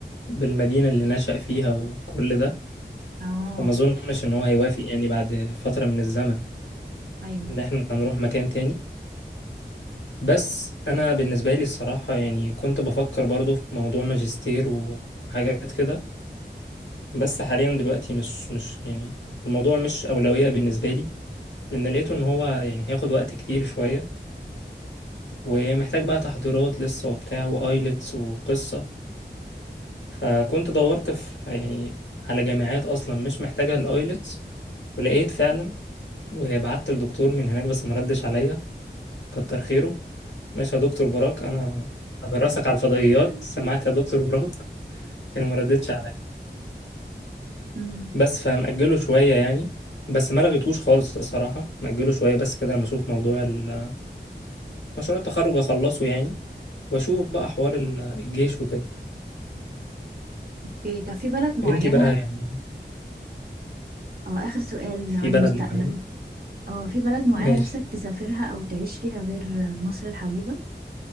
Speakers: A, on the left; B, on the right.
A: بالمدينة اللي نشأ فيها وكل ده
B: اه
A: فما اظنش ان هو هيوافق يعني بعد فترة من الزمن
B: ايوه
A: ان احنا هنروح مكان تاني بس انا بالنسبة لي الصراحة يعني كنت بفكر برضو في موضوع ماجستير وحاجات كده بس حاليا دلوقتي مش مش يعني الموضوع مش أولوية بالنسبة لي لأن لقيته إن هو يعني هياخد وقت كتير شوية ومحتاج بقى تحضيرات لسه وبتاع وآيلتس وقصة فكنت دورت في يعني على جامعات أصلا مش محتاجة الآيلتس ولقيت فعلا وبعت للدكتور من هناك بس مردش عليا كتر خيره ماشي يا دكتور براك أنا هدرسك على الفضائيات
B: <laughs>
A: سمعت يا دكتور براك أنا مردتش
B: امم
A: بس فمأجله شوية يعني بس ما لغيتهوش خالص الصراحة مأجله شوية بس كده لما أشوف موضوع ال- مشروع التخرج أخلصه يعني وأشوف بقى حوار ال- الجيش وكده
B: اوكي طب في بلد معينة
A: أنتي بقى يعني
B: اه آخر سؤال
A: في
B: عن
A: بلد
B: المستقبل
A: معينة
B: اه في بلد معينة
A: ماشي
B: نفسك تسافرها أو تعيش فيها غير مصر الحبيبة